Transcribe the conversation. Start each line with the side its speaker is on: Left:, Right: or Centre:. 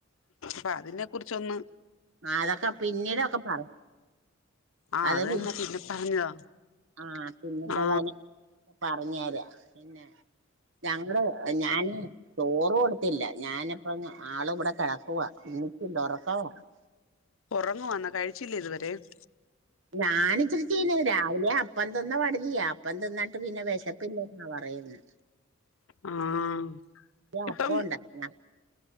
Left: പ്പ അതിനെ കുറിച്ച് ഒന്ന്
Right: ആ അതൊക്കെ പിന്നീടൊക്കെ പറഞ്ഞു
Left: ആ
Right: അത് പി
Left: തന്നെ പിന്നെ പറഞ്ഞതാ
Right: ആ പിന്നീട്
Left: ആ
Right: അവെ പറഞ്ഞു തരാ പിന്നെ ഞങ്ങള് ഞാന് ചോറു കൊടുത്തില്ല ഞാന് ഇപ്പ ആള് ഇവിടെ കിടക്കുവാ എണീറ്റില്ല ഒറക്കാ ക്കാ <unintelligible>
Left: ഉറങ്ങുവാന്നാ കഴിച്ചില്ലേ ഇത് വരെ <unintelligible>
Right: ഞാന് ഇച്ചിരി ചീനി തരാം, രാവിലെ അപ്പം തിന്ന് പടുതിയി അപ്പം തിന്നാല്. അപ്പൊ പിന്നെ വിശപ്പില്ല. ആഹ് പറയുന്നു
Left: ആഹ് ഇപ്പം.
Right: അപ്പം ഉണ്ടായിരുന്നു